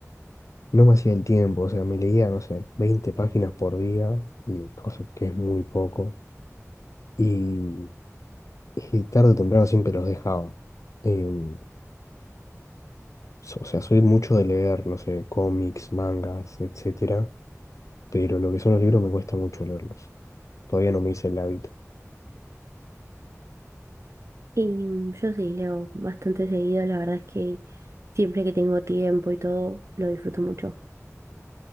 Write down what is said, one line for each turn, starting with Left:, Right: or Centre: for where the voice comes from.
Left: no me hacía el tiempo, o sea, me leía, no sé, 20 páginas por día, y cosa que es muy poco, y, y tarde o temprano siempre los dejaba. Em, so- o sea, soy mucho de leer, no sé, cómics, mangas, etcétera, pero lo que son los libros me cuesta mucho leerlos. Todavía no me hice el hábito.
Right: Y mm, yo sí, leo bastante seguido, la verdad es que siempre que tengo tiempo y todo, lo disfruto mucho.